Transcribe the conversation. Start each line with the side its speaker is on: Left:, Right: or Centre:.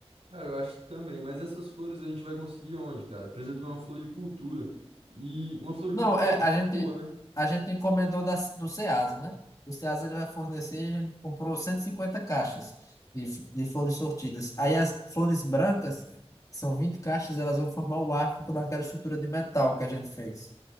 Right: Cara, eu acho também, mas essas flores a gente vai conseguir onde, cara? Precisa de uma floricultura. E uma floricultura
Left: Não, é, a gente,
Right: boa, né?
Left: a gente encomendou da, do Ceasa, né? O Ceasa ele vai fornecer, a gente comprou 150 caixas de, f- de flores sortidas. Aí as flores brancas, que são 20 caixas, elas vão formar o arco naquela estrutura de metal que a gente fez.